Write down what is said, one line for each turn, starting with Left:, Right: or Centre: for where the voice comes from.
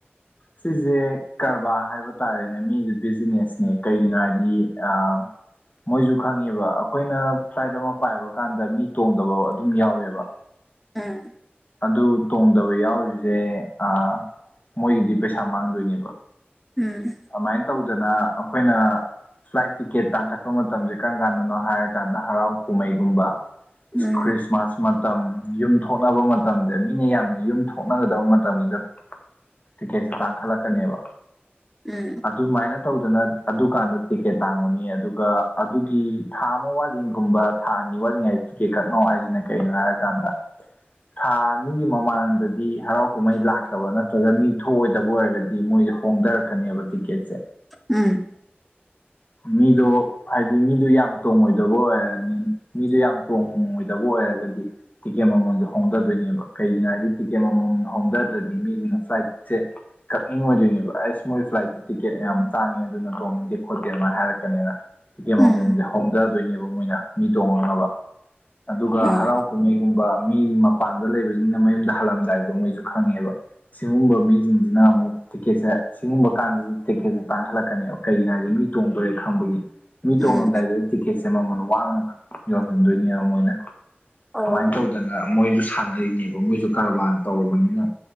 Left: ꯁꯤꯖꯦ ꯀꯔꯕꯥ ꯍꯥꯏꯕ ꯇꯥꯔꯦꯅꯦ ꯃꯤꯒꯤ ꯕꯤꯖꯤꯅꯦꯁꯅꯦ ꯀꯩꯒꯤꯅꯣ ꯍꯥꯏꯗꯤ ꯑꯥ ꯃꯣꯏꯖꯨ ꯈꯪꯉꯦꯕ ꯑꯩꯈꯣꯏꯅ ꯐ꯭ꯂꯥꯏꯠ ꯑꯃ ꯄꯥꯏꯕ ꯀꯥꯟꯗ ꯃꯤ ꯇꯣꯡꯗꯕ ꯑꯗꯨꯝ ꯌꯥꯎꯋꯦꯕ
Centre: ꯎꯝ
Left: ꯑꯗꯨ ꯇꯣꯡꯗꯕ ꯌꯥꯎꯔꯤꯖꯦ ꯑꯥ ꯃꯣꯏꯒꯤꯗꯤ ꯄꯩꯁꯥ ꯃꯥꯡꯗꯣꯏꯅꯦꯕ
Centre: ꯎꯝ
Left: ꯑꯃꯥꯏꯟ ꯇꯧꯗꯅ ꯑꯈꯣꯏꯅ ꯐ꯭ꯂꯥꯏꯠ ꯇꯤꯀꯦꯠ ꯇꯥꯡꯈꯠꯄ ꯃꯇꯝꯖꯦ ꯀꯔꯝ ꯀꯥꯟꯗꯅꯣ ꯍꯥꯏꯔ ꯀꯥꯟꯗ ꯍꯔꯥꯎ ꯀꯨꯝꯍꯩꯒꯨꯝꯕ
Centre: ꯎꯝ
Left: ꯈ꯭ꯔꯤꯁꯃꯥꯁ ꯃꯠ ꯇꯝ ꯌꯨꯝ ꯊꯣꯛꯅꯕ ꯃꯇꯝꯖꯦ ꯃꯤꯅ ꯌꯥꯝꯅ ꯌꯨꯝ ꯊꯣꯛꯅꯒꯗꯕ ꯃꯇꯝꯖꯤꯗ ꯇꯤꯛꯀꯦꯠꯁꯦ ꯇꯥꯡꯈꯠꯂꯛꯀꯅꯦꯕ
Centre: ꯎꯝ
Left: ꯑꯗꯨꯃꯥꯏꯅ ꯇꯧꯗꯥꯅ ꯑꯗꯨꯀꯥꯟꯗꯥ ꯇꯤꯀꯦꯠ ꯇꯥꯡꯕꯅꯤ ꯑꯗꯨꯒꯥ ꯑꯗꯨꯒꯤ ꯊꯥ ꯑꯃꯥ ꯋꯥꯠꯂꯤꯡꯒꯨꯝꯕ ꯊꯥ ꯑꯅꯤ ꯋꯥꯠꯂꯤꯉꯩꯗ ꯇꯤꯀꯦꯠ ꯀꯛꯅꯧ ꯍꯥꯏꯁꯤꯅ ꯀꯩꯒꯤꯅꯣ ꯍꯥꯏꯔꯀꯥꯟꯗꯥ ꯊꯥ ꯑꯅꯤꯒꯤ ꯃꯃꯥꯡꯗꯗꯤ ꯍꯔꯥꯎ ꯀꯨꯝꯍꯩ ꯂꯥꯛꯇꯕ ꯅꯠꯇ꯭ꯔꯒ ꯃꯤ ꯊꯣꯛꯑꯣꯏꯗꯕ ꯕ ꯑꯣꯏꯔꯒꯗꯤ ꯃꯣꯏꯁꯦ ꯍꯣꯡꯗꯔꯛꯀꯅꯤꯕ ꯇꯤꯀꯦꯠꯁꯦ
Centre: ꯎꯝ
Left: ꯃꯤꯗꯣ ꯍꯥꯏꯗꯤ ꯃꯤꯗꯣ ꯌꯥꯝ ꯇꯣꯡꯉꯣꯏꯗꯕ ꯑꯣꯏꯔꯅꯤ ꯃꯤꯗꯣ ꯌꯥꯝ ꯇꯣꯡꯉꯣꯏꯗꯕ ꯑꯣꯏꯔꯒꯗꯤ ꯇꯤꯀꯦꯠ ꯃꯃꯟꯖꯦ ꯍꯣꯡꯗꯗꯣꯏꯅꯦꯕ ꯀꯩꯒꯤꯅꯣ ꯍꯥꯏꯔꯗꯤ ꯇꯤꯀꯦꯠ ꯃꯃꯟ ꯍꯣꯡꯗ꯭ꯔꯗꯗꯤ ꯃꯤꯗꯨꯅ ꯐ꯭ꯂꯥꯏꯠ ꯁꯦ ꯀꯛꯅꯤꯡꯉꯣꯏꯗꯣꯏꯅꯦꯕ ꯑꯥꯏꯁ ꯃꯣꯏ ꯐ꯭ꯂꯥꯏꯠꯇꯤ ꯇꯤꯀꯦꯠ ꯌꯥꯝ ꯇꯥꯡꯉꯦ ꯑꯗꯨꯅ ꯇꯣꯡꯅꯤꯡꯗꯦ ꯈꯣꯠꯇꯦ ꯑꯗꯨꯃꯥꯏ ꯍꯥꯏꯔꯛꯀꯥꯅꯤꯅ ꯇꯤꯀꯦꯠ ꯃꯥꯃꯟꯖꯦ
Centre: ꯎꯝ
Left: ꯍꯣꯡꯗꯗꯣꯏꯅꯦꯕ ꯃꯣꯏꯅ ꯃꯤ ꯇꯣꯡꯉꯛꯅꯕ ꯑꯗꯨꯒ
Centre: ꯑꯣ
Left: ꯍꯔꯥꯎ ꯀꯨꯝꯃꯩꯒꯨꯝꯕ ꯃꯤ ꯃꯄꯥꯟꯗ ꯂꯩꯕꯖꯤꯡꯅ ꯃꯌꯨꯝꯗ ꯍꯜꯂꯝꯗꯥꯏꯗ ꯃꯣꯏꯖꯨ ꯈꯪꯉꯦꯕ ꯁꯤꯒꯨꯝꯕ ꯃꯤꯖꯤꯡꯖꯤꯅ ꯑꯃꯨꯛ ꯇꯤꯀꯦꯠꯁꯦ ꯁꯤꯒꯨꯝꯕ ꯀꯥꯟꯁꯤꯗ ꯇꯦꯀꯦꯠꯁꯦ ꯇꯥꯡꯈꯠꯂꯛꯀꯅꯦꯕ ꯀꯩꯒꯤꯅꯣ ꯍꯥꯏꯕꯗꯤ ꯃꯤ ꯇꯣꯡꯗꯣꯔꯦ ꯈꯪꯕꯒꯤ ꯃꯤ ꯇꯣꯡꯉꯝꯗꯥꯏꯗꯨꯗꯥ
Centre: ꯎꯝ
Left: ꯇꯤꯀꯦꯠꯁꯦ ꯃꯃꯜ ꯋꯥꯡꯅ ꯌꯣꯟꯁꯤꯟꯗꯣꯏꯅꯦꯕ ꯃꯣꯏꯅ
Centre: ꯑꯣ
Left: ꯑꯗꯨꯃꯥꯏꯟ ꯇꯧꯗꯥꯅ ꯃꯣꯏꯖꯨ ꯁꯥꯟꯅꯔꯤꯅꯦꯕ ꯃꯣꯏꯁꯨ ꯀꯔꯕꯥꯔ ꯇꯧꯕꯅꯤꯅ